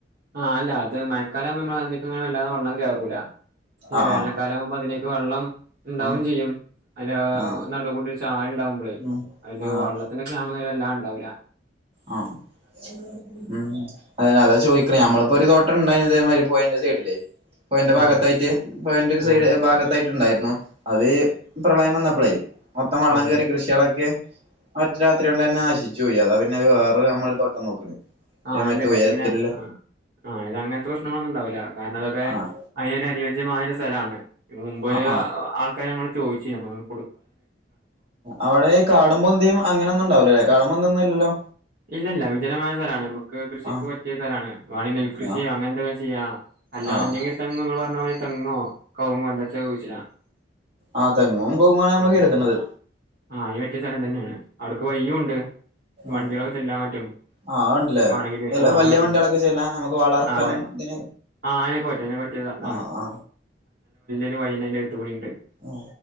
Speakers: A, on the right; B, on the right.
A: ആഹ് അല്ല അത് മഴക്കാലമാകുമ്പോൾ നമ്മൾ അതിലേക്ക് വല്ലാതെ വെള്ളം കേറൂല പക്ഷെ
B: ആഹ്
A: വേനൽക്കാലമാകുമ്പോൾ
B: ആഹ്
A: അതിലേ <unintelligible> വെള്ളം ഉണ്ടാവും
B: ഉം
A: ചെയ്യും അതിന്
B: ആഹ്
A: നടുവിൽ കൂട്ടി ഒരു ചാൽ ഉണ്ടാവുമ്പോളേ
B: ഉം
A: അതിന്റെ
B: ആഹ്
A: വള്ളത്തിനൊക്കെ ആ എല്ലാം ഉണ്ടാവില്ല
B: ആ ഉമ് അതായത് അതാ ചോദിക്ക നമ്മളിപ്പോ ഒരു തോട്ടം ഉണ്ടയി, ഇതെ മാതിരി പോയെന്റെ സൈഡില്ല്. പുഴെന്റെ ഭാഗത്തായിട്ട്,
A: ആ
B: പുഴെന്റെ ഒരു സൈഡ്-
A: ആ
B: ഭാഗത്തായിട്ടുണ്ടായിരുന്നു. അത് പ്രളയം വന്നപ്പോളേ മൊത്തം വെള്ളം
A: ആ
B: കയറി കൃഷികളൊക്കെ ഒറ്റ രാത്രി കൊണ്ട് തന്നെ നശിച്ചു പോയി, അതാ പിന്നെ വേറെ നമ്മള്- തോട്ടം നോക്കണ്. ഇതേമാതിരി
A: ആഹ് ഇല്ലല്ല
B: തുഴയത്തിലുള്ള
A: ഇതു പിന്നെ ആഹ് ഇത് അങ്ങനത്തെ പ്രശ്നങ്ങളൊന്നും ഉണ്ടാവില്ല കാരണം അതൊക്കെ
B: ആഹ്
A: അതിന് ഒരു അനുയോജ്യമായ ഒരു സ്ഥലാണ് മുമ്പേ
B: ആഹ് ആഹ്
A: ആൾക്കാര് ഞങ്ങളോട് ചോദിച്ചിരുന്നുഞങ്ങ
B: അവിടെ ഈ കാടും പൊന്തിയും അങ്ങനൊന്നും ഉണ്ടാവില്ലല്ലോ കാടും പൊന്തിന്നും ഇല്ലല്ലോ
A: ഇല്ലല്ല വിജനമായ സ്ഥലാണ് നമുക്ക് കൃഷിക്ക്
B: ആഹ്
A: പറ്റിയ സ്ഥലാണ് വാണേ നെൽകൃഷിയോ
B: ആഹ്
A: അങ്ങനെന്തെങ്കിലും ചെയ്യാ അല്ലാന്ന്ണ്ടെങ്ങി
B: ആഹ്
A: തെങ്ങോ ഇങ്ങള് പറഞ്ഞ മാരി തെങ്ങോ കവുങ്ങോ എന്താച്ചാ കുയ്ച്ച്ടാ
B: ആഹ് തെങ്ങും കവുങ്ങാണ് നമ്മള്
A: ആഹ്
B: കരുതണത്
A: ആ അയ്ന് പറ്റിയ സ്ഥലം തന്നേണ്. അവ്ട്ക്ക് വയ്യും ഉണ്ട് വണ്ട്യോള്
B: ആഹ്
A: ആ പറ്റും
B: ആ അതുണ്ടല്ലേ
A: വാണെങ്കിൽ
B: എല്ലാ
A: ആ
B: വലിയ
A: പറ്റും
B: വണ്ടികളൊക്കെ ചെല്ലാൻ നമുക്ക് വളമിറക്കാനും
A: ആ <unintelligible>
B: ഇതിന്
A: ആഹ് അയ്‌നൊക്കെ പറ്റും അയ്നൊകൊ പറ്റ്യെ ഇതാണ്.
B: ആ ആ
A: വൈയ്ന്നെ അയ്ന്റെ ട്ത്ത് ക്കൂടിണ്ട്
B: ആ